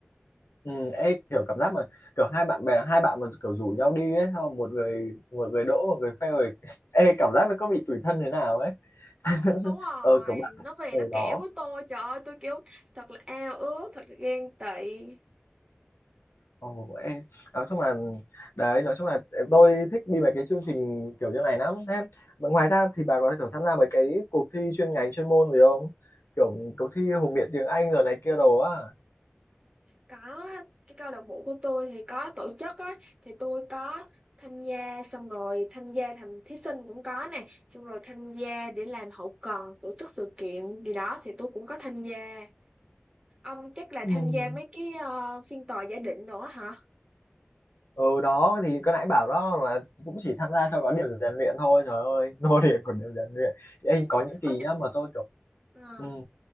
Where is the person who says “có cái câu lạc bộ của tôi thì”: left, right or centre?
Right